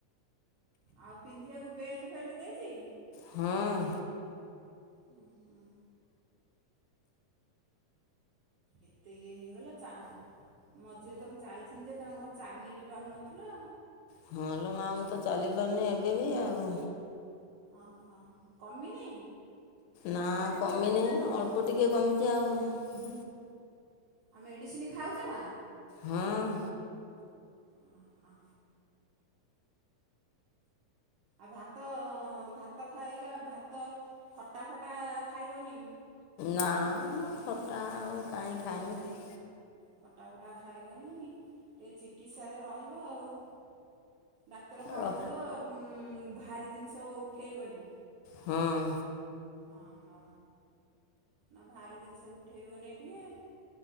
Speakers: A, on the right (about 75°); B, on the left (about 80°).
A: ଆଉ ପିନ୍ଧିବାକୁ ବେଲ୍ଟ ଫେଲ୍ଟ ଦେଇଛି।
B: ହଁ
A: ହୁଁ ହୁଁ ଏତେ ଇଏ ହେଇଗଲା ଚା ମଝିରେ ତମେ ଯାଇଥିନି ଯେ ତମେ କଣ ଚାଲି ବି ପାରୁନଥିଲ।
B: ହଁ ହେଲୋ ମା ମୁଁ ତ ଚାଲିପାରୁନି ଏବେ ବି ଆଉ।
A: ଓହ କମିନି।
B: ନା କମିନି ଅଳ୍ପ ଟିକଏ କମିଛି ଆଉ।
A: ଆଉ ମେଡିସିନ ଖାଉଛ ନା।
B: ହଁ
A: ଓ ହ ଆଉ ଭାତ ଭାତ ଖାଇଲେ ଆଉ ଭାତ ଖଟା ଫଟା ଖାଇବନି।
B: ନା ମୁଁ ଖଟା ଆଉ କାହିଁ
A: ହଁ
B: ଖାଇଁବି।
A: ଖଟା ଫଟା ଖାଇବନି ଟିକେ ଚିକିତ୍ସାରେ ରହିବ ଆଉ। ଡାକ୍ତର କହିଥିବ
B: ର
A: ଭାରି ଜିନିଷ ଉଠେଇବନି।
B: ହଁ
A: ଓହୋ ନା ଭାରି ଜିନିଷ ଉଠେଇବନି ଟିକେ।